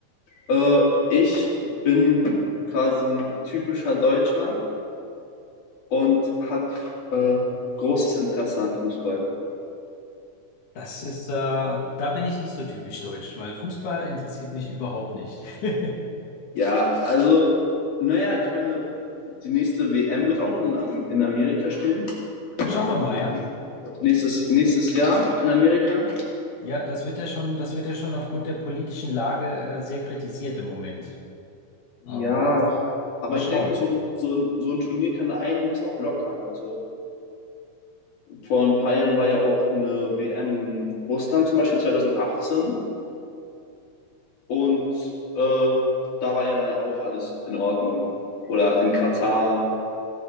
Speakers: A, on the left; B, on the left.
A: äh, ich bin quasi typischer Deutscher und habe äh, großes Interesse an Fußball.
B: Das ist, äh, da bin ich nicht so typisch deutsch, weil Fußball interessiert mich überhaupt nicht. <laughs>
A: Ja, also, naja, ich meine, die nächste WM wird auch in, Am- in Amerika spielen.
B: Schauen wir mal,
A: Nächst-
B: ja?
A: Nächstes, nächstes Jahr in Amerika.
B: Ja, das wird ja schon, das wird ja schon aufgrund der politischen Lage, äh, sehr kritisiert im Moment.
A: Ja,
B: Ähm,
A: aber
B: mal schauen.
A: ich denke, so ein, so ein, so ein Turnier kann da einiges auch lockern. Also vor ein paar Jahren war ja auch eine WM in Russland zum Beispiel 2018 und äh, da war ja dann auch alles in Ordnung. Oder in Katar.